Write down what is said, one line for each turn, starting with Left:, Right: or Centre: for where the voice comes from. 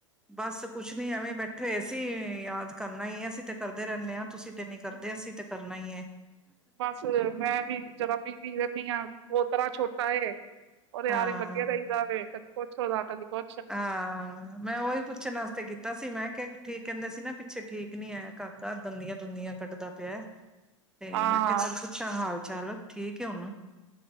Centre: ਬਸ ਕੁਛ ਨੀ, ਐਵੇਂ ਈ ਬੈਠੇ ਹੋਏ ਸੀ। ਯਾਦ ਕਰਨਾ ਈ ਐ ਅਸੀਂ ਤੇ ਕਰਦੇ ਰਹਿੰਨੇ ਆ, ਤੁਸੀਂ ਤੇ ਨੀ ਕਰਦੇ ਅਸੀਂ ਤੇ ਕਰਨਾ ਈ ਏ।
Right: ਬਸ, ਮੈਂ ਵੀ ਜਰਾ ਬੀਜੀ ਰਹਿੰਨੀ ਆ, ਪੋਤਰਾ ਛੋਟਾ ਏ। ਔਰ ਯਾਰ,
Centre: ਹਾਂ।
Right: ਏ ਲੱਗੇ ਰਈਦਾ ਵੇ, ਕਦੀ ਕੁੱਛ ਉਦਾ ਕਦੀ ਕੁ
Centre: ਆ ਮੈਂ ਉਹੀ ਪੁੱਛਣ ਅਸਤੇ ਕੀ ਤਾ ਸੀ ਮੈਂ ਕਿਹਾ ਠੀਕ ਕਹਿੰਦੇ ਸੀ ਨਾ ਪਿੱਛੇ ਠੀਕ ਨੀ ਐ ਕਾਕਾ ਦੰਦੀਆਂ ਦੁੰਦੀਆਂ ਕੱਢਦਾ ਪਿਆ। ਤੇ
Right: ਹਾਂ
Centre: ਮੈਂ ਕਿਹਾ ਚੱਲ ਪੁੱਛਾ ਹਾਲ ਚਾਲ ਠੀਕ ਏ ਹੁਣ